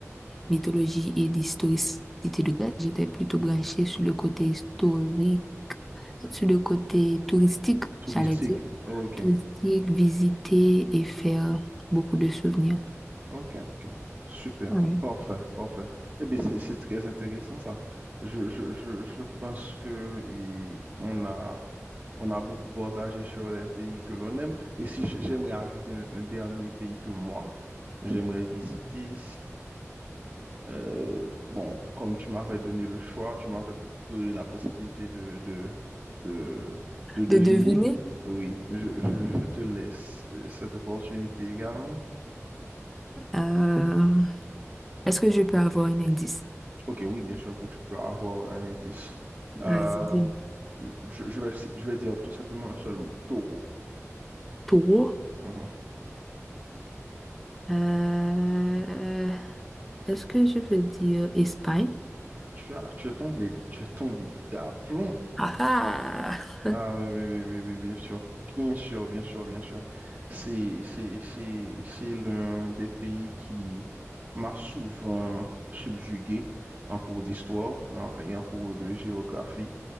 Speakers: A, in the centre; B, on the right.
A: mythologie et d'historicité de Grèce. J'étais plutôt branchée sur le côté historique, sur le côté touristique,
B: Touristique.
A: j'allais dire.
B: Ok,
A: Touristique, visiter et faire beaucoup de souvenirs.
B: ok, ok. Super.
A: Ouais.
B: Parfait, parfait. Eh bien, c'est c'est très intéressant ça. Je, je, je, je pense que il- on a, on a beaucoup partagé sur les pays que l'on aime. Et si j- j'aimerais ajouter un, un dernier pays que moi, j'aimerais visiter, Euh, bon, comme tu m'avais donné le choix, tu m'avais donné la possibilité de, de, de, de deviner.
A: De deviner.
B: Oui, je, je, je te laisse euh, cette opportunité également.
A: Euh, est-ce que je peux avoir un indice?
B: Ok, oui, bien sûr que tu peux avoir un indice.
A: Vas-y,
B: Euh,
A: dis-moi.
B: je, je vais, si, je vais dire tout simplement un seul mot, taureau.
A: pour,
B: Mhm.
A: euh, est-ce que je veux dire Espagne?
B: Tu as, tu es tombé, tu es tombé d'aplomb.
A: Ah ah!
B: Ah oui, oui, oui, oui, oui, bien sûr. Bien sûr, bien sûr, bien sûr. C'est, c'est, c'est, c'est l'un des pays qui m'a souvent subjugué en cours d'histoire hein, et en cours de géographie.